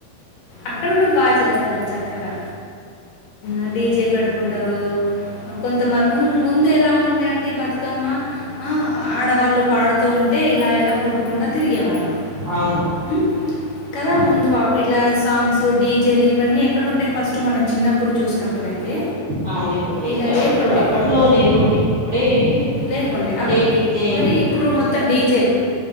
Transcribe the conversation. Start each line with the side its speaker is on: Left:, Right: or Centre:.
Left: అక్కడ కూడా బాగా చేస్తా అందరూ చక్కగా ఆ డీజే పెట్టుకుంటారు కొంత ము ముందే ఎలా ఉండే అండి బతుకమ్మ ఆ ఆడవాళ్లు పాడుతూ ఉంటే ఇలా ఇలా కొట్టుకుంటూ తిరిగేవాళ్లు
Right: అవును
Left: ఉ కదా
Right: అవును
Left: ముందు వాళ్లు ఇట్లా స్ సాంగ్స్ డీ జెలు ఇవన్నీ ఎక్కడుండే ఫస్ట్ మనం చిన్నప్పుడు చూసినప్పుడైతే
Right: అవును ఇప్పుడు
Left: ఇలా లేకుండే
Right: అప్పుడు అప్పట్లో లేకుండే ఇప్పుడే
Left: లేకుండే
Right: ఇప్పుడే
Left: అప్
Right: డీజే వెళ్ళింది
Left: మరి ఇప్పుడు మొత్తం డీజేలు